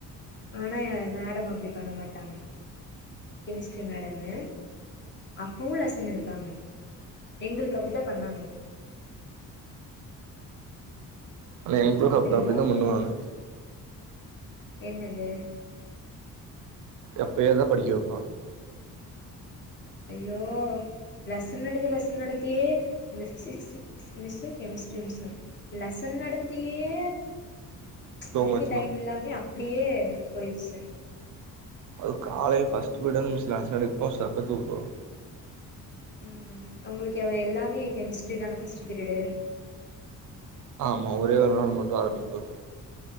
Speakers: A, on the left; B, on the right.
A: ஆனா ஏ மேடம் அப்டி பண்ண மாட்டாங்க கெமிஸ்ட்ரி மேடமு அப்பவு லெசன் எடுத்தாங்க எங்களுக்கு அப்டி தா பண்ணாங்க
B: ஆனா எங்களுக்கும்
A: அப்டில்லா
B: அப்ப அப்டிதா பண்ணுவாங்க
A: என்னது
B: எப்பயே தா படிக்க வைப்பாங்க
A: ஐயோ லெசன் நடத்தி லெசன் நடத்தியே இந்த physics miss chemistry miss lesson நடத்தியே
B: தூங்க
A: இதுக்கு
B: வச்சிருவ
A: டைம் இல்லாமே அப்டியே போயிருச்சு
B: அது காலையில் ஃபஸ்ட் ப்ரிட்டு வந்து மீஸ்சு லெசன் எடுக்கு போது சத்த தூக்கோ வரு
A: ம் உங்களுக்கு எ எல்லாமே கெமிஸ்ட்ரி தானே ஃபர்ஸ்ட் பீரியடு
B: ஆமா ஒரே ஒரு நாள் மட்டு அரம்பிக் வரு